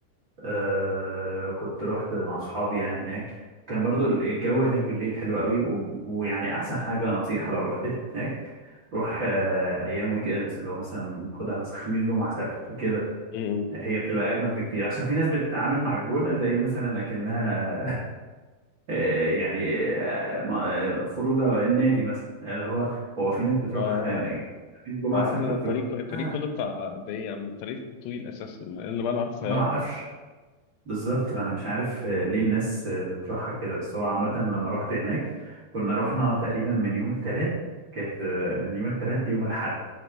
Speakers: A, on the right; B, on the left.
A: آه كنت رحت مع اصحابي يعني هناك كان برضو ال- الجو هناك بالليل حلو قوي و... ويعني احسن حاجه نصيحه لو رحت هناك روح آه ايام ويك اندز اللي هو مثلا خدها مثلا خميس جمعه سبت كده
B: امم
A: هي مم. بتبقى اجمد بكتير عشان في ناس بتتعامل مع الجونه زي مثلا اكنها آه، يعني آه، ما- آه، خروجه النادي مثلا اللي هو هو في ناس بتروح
B: اه
A: آه، يعني في جمعة
B: طيب يا
A: سبت
B: عم ده
A: بتروح
B: الطريق الطريق
A: آه،
B: كله بتاع قد ايه يا عم الطريق طويل اساسا اللي بقى رايح سياره
A: انا ما اعرفش بالظبط ما انا مش عارف آه، ليه الناس آه، بتروحها كده بس هو عامة لما رحت هناك كنا رحنا تقريبا من يوم التلات كانت آه، من يوم التلات ليوم الاحد